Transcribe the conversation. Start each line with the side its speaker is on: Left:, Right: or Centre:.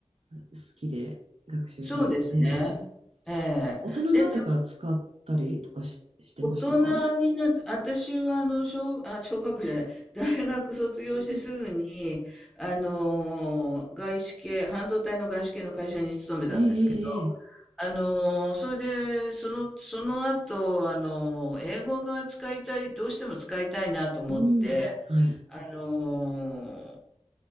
Right: 好きで学習されて、
Centre: そうですね。ええ。
Right: 大人になってから使ったりとかし、
Centre: で、
Right: してましたか
Centre: 大人になって、私はあの、小、あ、小学じゃない、大学卒業してすぐに、
Right: うん。
Centre: あのー、外資系、半導体の外資系の会社に勤めたんですけど、
Right: ええええええ
Centre: あのー、それで、その、その後、あのー、英語が使いたい、どうしても使いたいなと思って、
Right: うん。はい。
Centre: あのー、